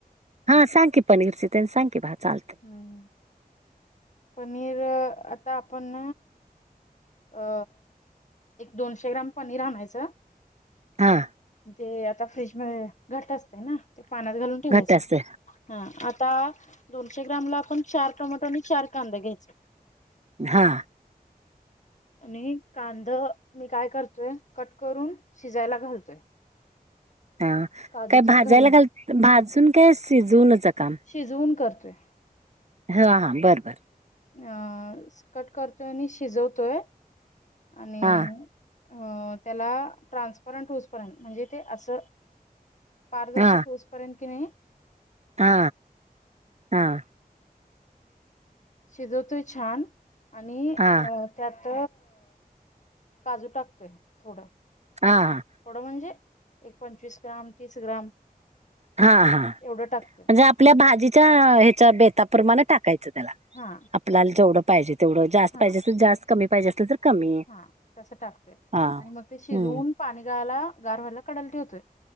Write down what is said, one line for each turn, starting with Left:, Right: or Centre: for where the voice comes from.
Right: हां. सांग की पनीरची ती सांग की भा चालत.
Left: हम्म पनीर आता आपण अ -एक दोनशे ग्राम पनीर आणायचं.
Right: हां.
Left: ते आता फ्रीज मध्ये घट असतय ना. ते पाण्यात घालून ठेवायच.
Right: घट्ट असते
Left: हा आता दोनशे ग्रामला आपण चार टोमॅटो आणि चार कांद घ्यायच.
Right: हा.
Left: आणि कांद मी काय करतोय? कट करून शिजायला घालतोय.
Right: हा.
Left: काजूतन
Right: काय भाजायला
Left: घालून
Right: घाल, भाजून काय शिजवून नचं काम
Left: शिजवून करतेय.
Right: हां हां. बरं बरं.
Left: अ -कट करतोय आणि शिजवतोय. आणि
Right: हा.
Left: अ त्याला ट्रान्सपरंट होस पर्यंत. म्हणजे ते असं पारदर्शक
Right: हा
Left: हुसपर्यंत किनी
Right: हा, हा.
Left: शिजवतोय छान. आणि अ
Right: हा
Left: त्यात काजू टाकतोय. थोडं.
Right: हा हा.
Left: थोडं म्हणजे? एक पंचवीस ग्राम. तीस ग्राम.
Right: हा हा.
Left: एवढं टाकतोय
Right: म्हणजे आपल्या भाजीच्या ह्याच्या बेताप्रमाणे टाकायचं त्याला.
Left: हा.
Right: आपल्याला जेवढं पाहिजे तेवढं. जास्त
Left: हा
Right: पाहिजे असेल जास्त. कमी पाहिजे असेल तर कमी
Left: हा तस टाकतोय.
Right: हा
Left: आणि मग ते शिजवून
Right: हम्म
Left: पाणी गाळायला, गार व्हायला कढला ठेवतोय.